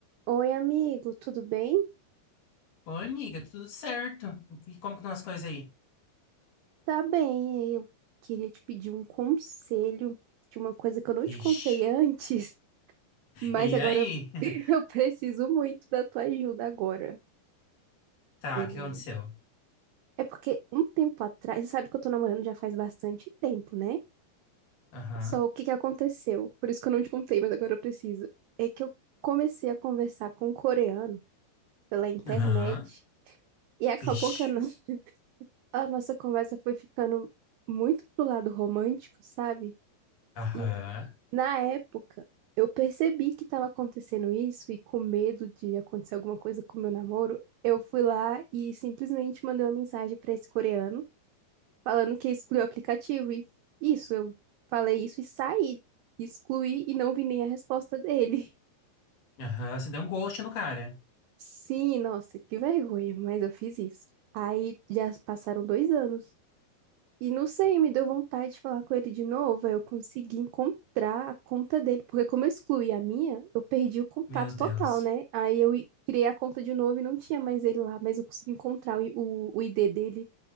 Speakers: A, on the right (about 85°); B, on the left (about 55°).
A: Oi, amigo, tudo bem?
B: Oi, amiga, tudo certo? O que- Como que estão as coisas aí?
A: Tá bem, é, eu queria te pedir um conselho de uma coisa que eu não
B: Vixe.
A: te contei <laughs> antes, mas
B: E
A: agora
B: aí?
A: eu
B: <laughs>
A: <laughs> eu preciso muito da tua ajuda agora.
B: Tá,
A: É
B: o que aconteceu?
A: é porque um tempo atrás, você sabe que eu tô namorando já faz bastante tempo, né?
B: Aham,
A: Só o que que aconteceu? Por isso que eu não te contei, mas agora eu preciso. É que eu comecei a conversar com um coreano pela internet
B: aham,
A: e acabou
B: vixe.
A: que a no- <laughs> a nossa conversa foi ficando muito pro lado romântico, sabe?
B: Aham,
A: E na época, eu percebi que estava acontecendo isso e com medo de acontecer alguma coisa com o meu namoro, eu fui lá e simplesmente mandei uma mensagem para esse coreano falando que excluiu o aplicativo e isso, eu falei isso e saí, excluí e não vi nem a resposta dele.
B: aham, você deu um ghost no cara.
A: <laughs> Sim, nossa, que vergonha, mas eu fiz isso. Aí já passaram dois anos. E não sei, me deu vontade de falar com ele de novo. aí Eu consegui encontrar a conta dele, porque como eu excluí a minha, eu perdi o contato
B: Meu Deus.
A: total, né? Aí eu i- criei a conta de novo e não tinha mais ele lá, mas eu consegui encontrar o, i- o, o ID dele